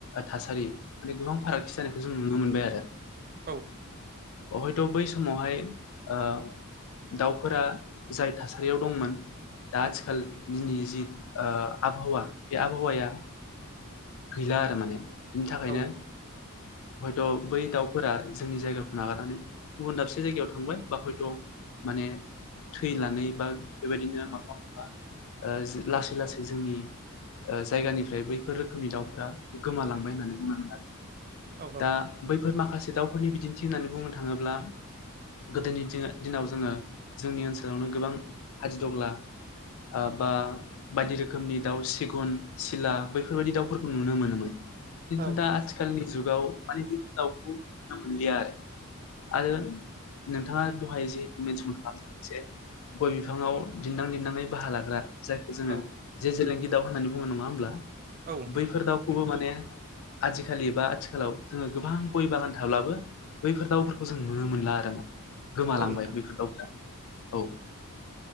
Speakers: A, on the left; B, on the right.
A: थासारि माने गोबां फारागथि जानायखौ जों नुनो मोनबाय आरो
B: औ।
A: हयथ' बै समावहाय ओ दाउफोरा जाय थासारियाव दंमोन दा आथिखालनि जि ओ आबहावा बे आबहावाया गैला आरो माने बिनि थाखायनो
B: औ
A: हयथ'
B: औ
A: बै दाउ फोरा जोंनि जायगाखौ नागारनानै गुबुन दाबसे जायगायाव थांबाय बा हयथ' माने थैनानै बा बेबायदिनो माफा माफा ओ जो लासै लासै जोंनि ओ जायगानिफ्राय बैफोरो <unintelligible> दाउफोरा गोमालांबाय होननानै बुंनानै लादो
B: औ
A: दा बै। फोर माखासे दाउफोरनि बिदिन्थि होननानै बुंनो थाङोब्ला। गोदोनि दिङो दिनाव जोङो जोंनि ओनसोलावनो गोबां हादिदग्ला। ओ बा बायदि रोखोमनि दाउ सिगुन। सिला बैफोरबायदि दाउफोरखौ नुनो मोनोमोन खिन्थु
B: औ
A: दा आथिखालनि ज जुगाव माने बेफोर दाउखौ नुनो मोनलिया आरो आरो नोंथाङा दहाय जे मेनसन खालामदों जे गय बिफाङाव दिन्दां दिन्दाङै बाहा लाग्रा। जायखौ जोङो
B: औ
A: जे जेलिंगि दाउ होननानै बुङो नङा होमब्ला
B: औ नोंथां
A: बैफोर दाउखौबो माने आजिखालि बा आथिखालाव जोङो गोबां गय बागान थाब्लाबो। बैफोर दाउफोरखौ जों नुनो मोनला आरो गोमालांबाय
B: औ नोंथां
A: बेफोर दावफोरा औ।